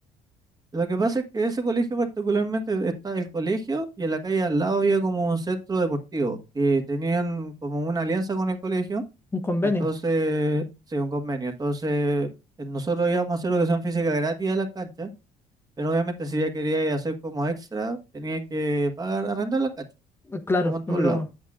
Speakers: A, on the right; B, on the left.
A: Lo que pasa es que ese colegio particularmente está el colegio y en la calle al lado había como un centro deportivo y tenían como una alianza con el colegio,
B: Un convenio,
A: entonces, sí, un convenio. Entonces, eh, nosotros íbamos a hacer educación física gratis a las canchas, pero obviamente si ya quería hacer como extra, tenía que pagar, arrendar la cancha,
B: eh, claro,
A: como en todos
B: pero
A: lados.